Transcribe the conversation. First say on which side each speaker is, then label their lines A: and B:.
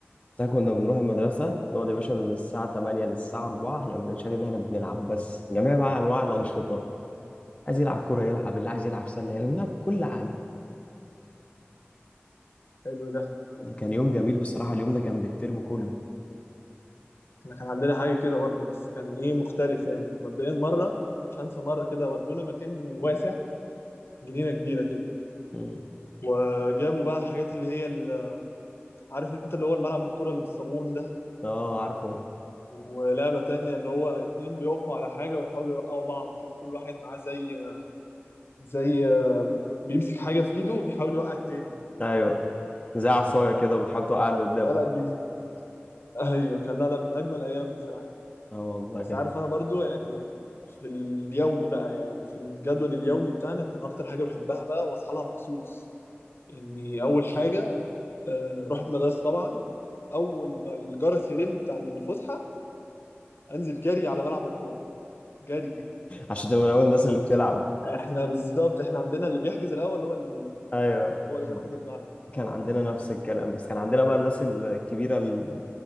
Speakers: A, on the left; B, on the left.
A: ده كنا بنروح المدرسة نقعد يا باشا من الساعة 8 للساعة 4 احنا بنشغل إن احنا بنلعب بس جميع بقى أنواع الأنشطة عايز يلعب كورة يلعب اللي عايز يلعب سلة يلعب بنلعب كل حاجة
B: حلو ده
A: كان يوم جميل بصراحة اليوم ده كان بالترم كله
B: احنا كان عندنا حاجه كده برضه بس كان ايه مختلف يعني مبدئيا مره مش هنسى مره كده ودونا مكان واسع جنينه كبيره كده
A: مم.
B: وجابوا بقى حاجات اللي هي ال- عارف انت اللي هو الملعب بالكرة اللي بالصابون ده
A: اه عارفه
B: ولعبة تانية اللي هو اتنين بيقفوا على حاجة ويحاولوا يوقعوا بعض كده كل واحد معاه زي زي آه، بيمسك حاجة في ايده وبيحاول يوقع التاني
A: ايوه زي عصاية كده بتحاول توقع اللي قدامك
B: اه لا دي <laughs> ايوه كان لا لا من اجمل الايام بصراحة
A: اه والله كده
B: بس عارف انا برضو يعني في اليومي بقى يعني في الجدول اليومي بتاعنا كان اكتر حاجة بحبها بقى واصحى لها مخصوص اني اول حاجة آه، اروح المدرسة طبعا اول ما الجرس يرن بتاع الفسحة انزل جري على ملعب الكوره جري
A: عشان تبقى من أول الناس
B: نعم
A: اللي بتلعب
B: احنا بالظبط احنا عندنا اللي بيحجز الاول هو اللي بي...
A: ايوه
B: هو اللي بياخد الملعب
A: كان عندنا نفس الكلام بس كان عندنا بقى الناس الكبيرة ال-